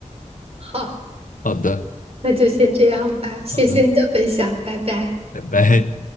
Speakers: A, on the right (about 50°); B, on the left (about 85°).
A: 好，
B: 好的，
A: 那就先这样吧，谢谢你的分享，
B: 好的，
A: 拜拜。
B: 拜拜。